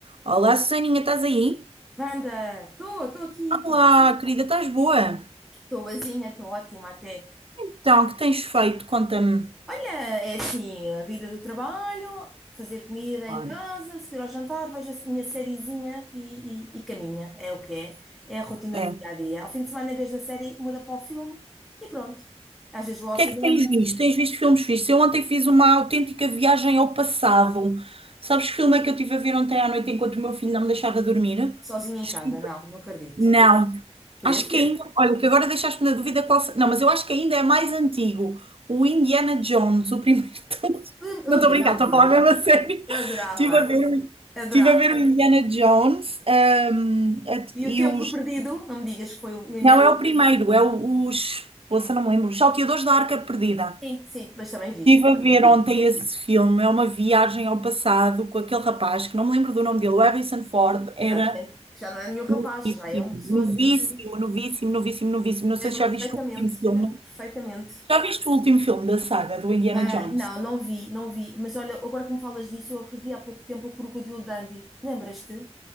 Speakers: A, on the right; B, in the centre.
A: Olá, Susaninha, estás aí?
B: Wanda, estou, estou aqui,
A: Olá, querida, estás boa?
B: estou boazinha, estou ótima até.
A: Então, o que tens feito? Conta-me.
B: Olha, é assim, a vida do trabalho, fazer comida
A: Ah,
B: em casa, seguir ao jantar, vejo a minha sériezinha e, e, e caminha, é o que é. É a rotina
A: É.
B: do
A: O
B: dia a dia. Ao fim de semana, em vez da série, muda para o filme e pronto. Às vezes vou ao
A: que
B: cinema,
A: é que tens visto? Tens visto filmes fixos? Eu ontem fiz uma autêntica viagem ao passado. Sabes que filme é que eu estive a ver ontem à noite enquanto o meu filho não me deixava dormir?
B: sozinha em
A: Estive...
B: casa. Não, não acredito.
A: Não.
B: Podia
A: Acho
B: ser.
A: que ainda, olha, que agora deixaste-me na dúvida é qual. se- Não, mas eu acho que ainda é mais antigo. O Indiana Jones, o primeiro. <laughs> de todos.
B: Eu eu
A: Não estou
B: adorava,
A: a brincar, estou a falar mesmo a sério.
B: eu adorava,
A: Estive a ver, o-
B: adorava.
A: estive a ver o Indiana Jones, ahm, a- e
B: E o Templo
A: os.
B: Perdido, não me digas que foi o Indiana.
A: Não, é o primeiro, é o- os. Poxa, não me lembro. Os Salteadores da Arca Perdida.
B: Sim, sim, mas também vi,
A: Estive a
B: também
A: ver
B: vi.
A: ontem esse filme, é uma viagem ao passado com aquele rapaz, que não me lembro do nome dele, o Harrison Ford, era.
B: Exatamente. Que já não é nenhum rapaz,
A: Novíssimo,
B: já é uma pessoa
A: novíssimo,
B: de.
A: novíssimo, novíssimo, novíssimo. Não sei
B: Lembro-me
A: se já viste
B: perfeitamente,
A: o último filme.
B: lembro-me perfeitamente.
A: Já viste o último filme da saga do Indiana
B: Ah,
A: Jones?
B: não, não vi, não vi. Mas olha, agora que me falas disso, eu revi há pouco tempo o Crocodilo Dundee. Lembras-te?